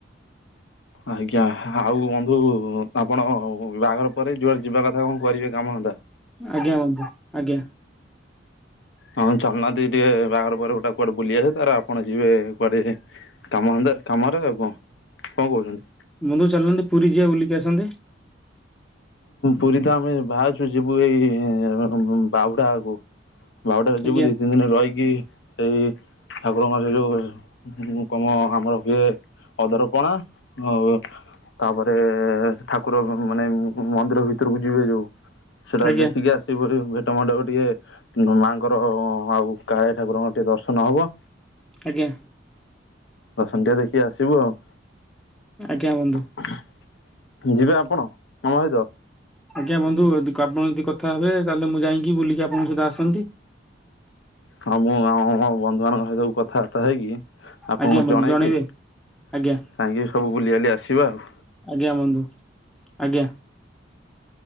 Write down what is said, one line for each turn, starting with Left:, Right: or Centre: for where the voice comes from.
Left: ଆଜ୍ଞା ଆଉ ବନ୍ଧୁ ଆପଣ ବାହାଘର ପରେ ଯୁଆଡେ ଯିବା କଥା କଣ କରିବେ କାମ ଧନ୍ଦା।
Centre: ଆଜ୍ଞା ବନ୍ଧୁ ଆଜ୍ଞା।
Left: ହଁ <unintelligible> ଟିକେ ବାହାର ପରେ ଗୋଟେ କୁଆଡେ ବୁଲି ଆସେ ତାର ଆପଣ ଯିବେ କୁଆଡେ କାମ ଧନ୍ଦା କାମରେ ଆଉ କଣ କଣ କହୁଛନ୍ତି?
Centre: ବନ୍ଧୁ ଚାଲନ୍ତୁ ପୁରୀ ଯିିବା ବୁଲିକି ଆସନ୍ତେ?
Left: ପୁରୀ ତ ଆମେ ବାହାରୁଛୁ ଯିବୁ ଏଇ ବାହୁଡା ଆକୁ ବାହୁଡ଼ାରେ ଯିବୁ
Centre: ଆଜ୍ଞା
Left: ଦି ତିନି ଦିନି ରହିକି ସେଇ ଠାକୁରଙ୍କ ସେଇ ଯଉ ମୁଁ କଣ <unintelligible> ଏ ଅଧର ପଣା ଆଉ ତାପରେ ଏ ଠାକୁର ମାନେ ମନ୍ଦିର ଭିତରକୁ ଯିବେ ଯୋଉ ସେଟା
Centre: ଆଜ୍ଞା
Left: ଦେଖିକି ଆସିବୁ <unintelligible> ଟିକେ ମାଆଙ୍କର ଆଉ କାଳିଆ ଠାକୁରଙ୍କର ଟିକେ ଦର୍ଶନ ହବ।
Centre: ଆଜ୍ଞା।
Left: ଦର୍ଶନ ଟିକେ ଦେଖିକି ଆସିବୁ ଆଉ।
Centre: ଆଜ୍ଞା ବନ୍ଧୁ।
Left: <unintelligible> ଯିବେ ଆପଣ ଆମ ସହିତ?
Centre: ଆଜ୍ଞା ବନ୍ଧୁ ଆପଣ ଯଦି କଥା ହେବେ ତାହେଲେ ମୁଁ ଯାଇକି ବୁଲିକି ଆପଣଙ୍କ ସହିତ ଆସନ୍ତି।
Left: ହଁ ମୁଁ ଆମ ବନ୍ଧୁ ମାନଙ୍କ ସହିତ କଥାବାର୍ତ୍ତା ହେଇକି। ଆପଣଙ୍କୁ
Centre: ଆଜ୍ଞା ବନ୍ଧୁ
Left: ଜଣେଇବି
Centre: ଜଣେଇବେ
Left: ଯାଇକି
Centre: ଆଜ୍ଞା
Left: ସବୁ ବୁଲିିବାଲି ଆସିବା ଆଉ।
Centre: ଆଜ୍ଞା ବନ୍ଧୁ ଆଜ୍ଞା।